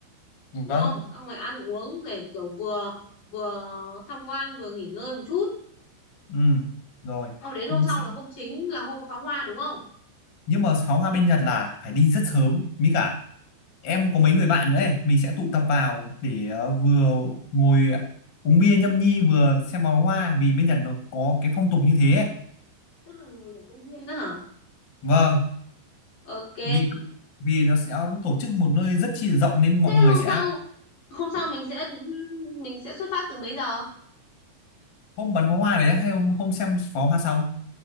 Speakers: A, on the left; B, on the left.
A: vâng
B: đúng không? Xong rồi ăn uống để kiểu vừa vừa tham quan vừa nghỉ ngơi một chút
A: ừ. rồi
B: Sau đến hôm
A: Ừ,
B: sau
A: xong
B: là hôm chính là hôm có pháo hoa đúng không?
A: nhưng mà pháo hoa bên Nhật là phải đi rất sớm mới cả em có mấy người bạn nữa ấy, mình sẽ tụ tập vào để ờ, vừa ngồi uống bia nhâm nhi vừa xem pháo hoa vì bên Nhật nó có cái phong tục như thế ấy.
B: Tức là ngồi ở công viên đó hả?
A: Vâng,
B: Ok.
A: vì vì nó sẽ tổ chức một nơi rất chi là rộng nên mọi
B: Thế
A: người
B: hôm
A: sẽ
B: sau hôm sau mình sẽ mình sẽ xuất phát từ mấy giờ?
A: hôm bắn pháo hoa đấy hay hôm hôm xem pháo hoa xong.